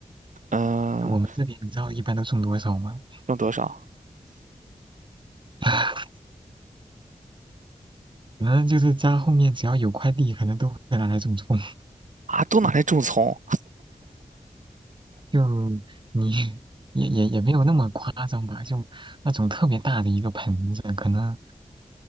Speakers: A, on the right (about 80°); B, on the right (about 40°).
A: 嗯，
B: 我们这里你知道一般都种多少吗？
A: 用多少
B: <laughs> 可能就是家后面只要有块地，可能都会拿来种种。<laughs>
A: 啊？都拿来种葱？
B: 就你也也也没有那么夸张吧，就那种特别大的一个盆子，可能